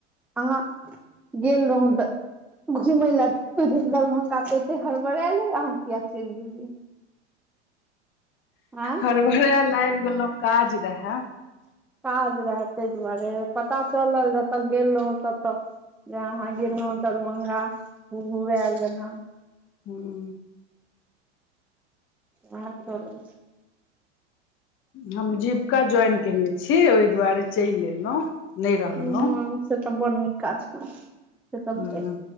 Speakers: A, in the centre; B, on the left.
A: अहाँ गेल रहौ तऽ घुमय ल दरभंगा त एते हड़बड़ले अहाँ किया चलि गेलियै? आँ
B: हरबरिया आयब गेलों काज रहै।
A: काज रहे तै दुआरे प पता चलल जतऽ गेल रहौ तत जे अहाँ गेलहु दरभंगा। हूहूआल जेना।
B: हूं
A: हँ चलू।
B: हम जीविका ज्वइन केने छी। ओहि दुआरे चलि एलहुँ। नहि रहलहुँ
A: मन से तऽ बड़ नीक काज केलौ से तऽ
B: ह